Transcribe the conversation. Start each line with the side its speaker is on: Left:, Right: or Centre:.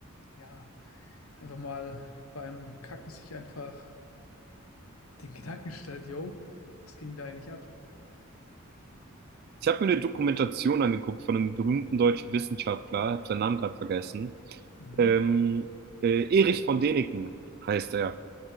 Left: ja, einfach mal beim Kacken sich einfach den Gedanken stellt, yo, was ging da eigentlich ab?
Right: Ich habe mir eine Dokumentation angeguckt von einem berühmten deutschen Wissenschaftler, habe seinen Namen gerade vergessen.
Left: Mhm,
Right: Ähm, äh, Erich von Däniken heißt er.